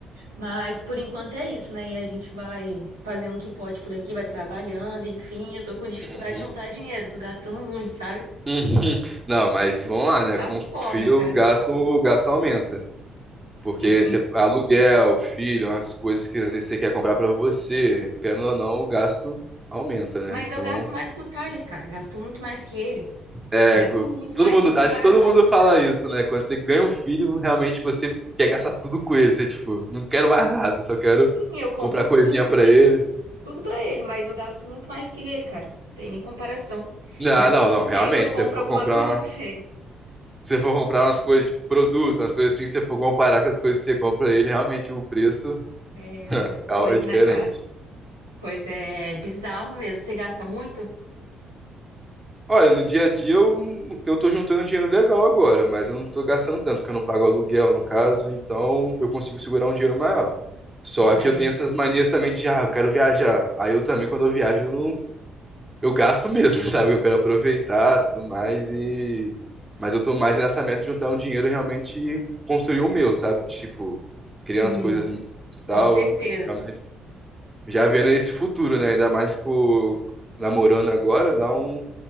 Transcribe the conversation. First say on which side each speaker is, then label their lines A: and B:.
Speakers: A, on the right (about 85°); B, on the right (about 15°).
A: Mas por enquanto é isso, né? E a gente vai fazendo o que pode por aqui, vai trabalhando, enfim. Eu tô com dificuldade
B: Uhum.
A: de juntar dinheiro, tô gastando muito, sabe?
B: Uhum. <laughs> Não, mas vamos lá,
A: Pô,
B: né?
A: tá
B: Com
A: foda,
B: o filho,
A: cara.
B: o gasto, o gasto aumenta.
A: Sim.
B: Porque você, aluguel, filho, as coisas que às vezes você quer comprar pra você, querendo ou não, o gasto aumenta, né?
A: Mas
B: Então,
A: eu gasto mais que o Tyler, cara. Gasto muito mais que ele.
B: é,
A: Gasto
B: co-
A: muito
B: todo
A: mais,
B: mundo,
A: sem comparação.
B: acho que todo mundo fala isso, né? Quando você ganha um filho, realmente você quer gastar tudo com ele. Você, tipo, não quero mais nada, só quero
A: Sim, eu compro
B: comprar coisinha
A: tudo porque
B: pra ele.
A: tudo pra ele, mas eu gasto muito mais que ele, cara. Tem nem comparação.
B: Ah,
A: Mas
B: não,
A: todo
B: não, realmente,
A: mês eu compro
B: se você for
A: alguma
B: comprar,
A: coisa <laughs> pra
B: uma-
A: ele.
B: se você for comprar umas coisas, tipo, produto, umas coisas assim, se você for comparar com as coisas que você compra ele, realmente o preço
A: É outra
B: é
A: coisa,
B: é diferente.
A: né, cara? Pois é, bizarro mesmo. Você gasta muito?
B: Olha, no dia a dia eu, eu tô juntando dinheiro legal agora, mas eu não tô gastando tanto, porque eu não pago aluguel, no caso, então eu consigo segurar um dinheiro maior. Só
A: Pô, né?
B: que eu tenho essas manias também de, ah, eu quero viajar. Aí eu também, quando eu viajo, eu não, eu gasto mesmo, <laughs> sabe? Eu quero aproveitar, tudo mais e mas eu tô mais nessa meta de juntar um dinheiro e realmente construir o meu, sabe? Tipo,
A: Sim,
B: criar umas coisas minhas e tal,
A: com certeza.
B: realmente já vendo esse futuro, né? Ainda mais com namorando agora, dá um